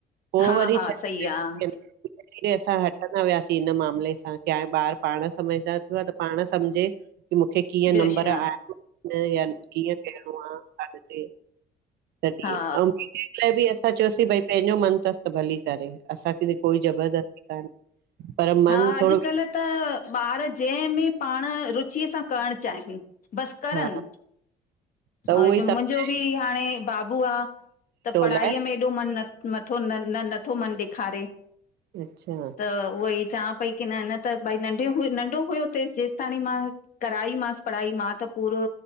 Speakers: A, on the right; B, on the left.
A: पो
B: हा
A: वरी
B: हा
A: छॾ
B: सही
A: <unintelligible>
B: आहे
A: असां हट कंदा वियासीं इन मामले सां, की हाणे ॿार पाण सम्झदार थियो आह त पाण सम्झे की मूंखे कीअं
B: ॿियो
A: नंबर
B: छा
A: आ <unintelligible> या कीअं त्वहांं अगते तॾीअ
B: हा
A: <unintelligible> इन लाइ बि असां चयोसि भई पेंजो मन तस त भली करे, असांखे बि कोई ज़बरदस्ती कान्हे। पर मन
B: हा
A: थोरो
B: अॼकल्ह त ॿार जंह में पाण रुचीअ सां करण चाहिन, बस करन।
A: हा त
B: <unintelligible>
A: उहो ई सभु
B: मुंजो बि हाणे बाबू आह, त पढ़ाईअ
A: लाइ
B: में ॾो मन, न नथो, न न नथो मन ॾेखारे।
A: अच्छा
B: त उहोई चवां पई की न, न त भई नंढे हुय नंढो हुयो तेस जेस ताणी मां कराई मांस पढ़ाई मां त पूरो